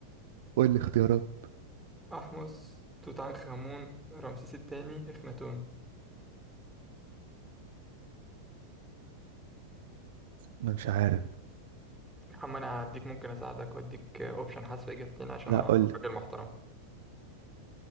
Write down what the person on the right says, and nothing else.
قول لي اختيارات
انا مش عارف
لا
قول لي